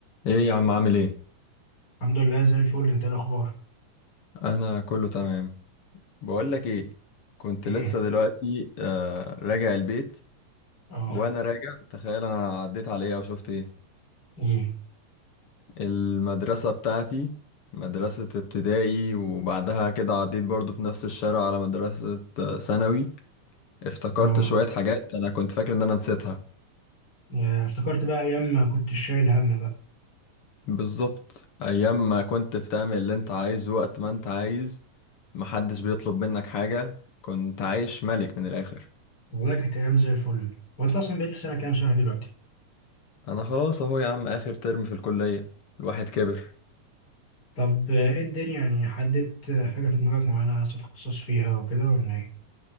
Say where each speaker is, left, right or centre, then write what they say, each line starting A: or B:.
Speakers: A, on the left (about 55°); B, on the left (about 30°).
A: ايه يا عم عامل ايه
B: الحمد لله زي الفل انت ايه الاخبار
A: انا كله تمام بقول لك ايه كنت
B: ايه
A: لسه دلوقتي آه راجع البيت
B: اه
A: وانا راجع تخيل انا عديت على ايه او شفت ايه
B: ايه
A: المدرسة بتاعتي مدرسة ابتدائي وبعدها كده عديت برضو في نفس الشارع على مدرسة آه، ثانوي افتكرت
B: اه
A: شوية حاجات انا كنت فاكر ان انا نسيتها
B: يا افتكرت بقى ايام ما كنت شايل هم بقى
A: بالظبط ايام ما كنت بتعمل اللي انت عايزه وقت ما انت عايز محدش بيطلب منك حاجة كنت عايش ملك من الاخر
B: والله كانت ايام زي الفل وانت اصلا بقيت في سنه كام شهر دلوقتي
A: انا خلاص اهو يا عم اخر ترم في الكلية الواحد كبر
B: طب آه، ايه الدنيا يعني حددت آه، حاجه في دماغك معينه عايز تتخصص فيها وكده ولا ايه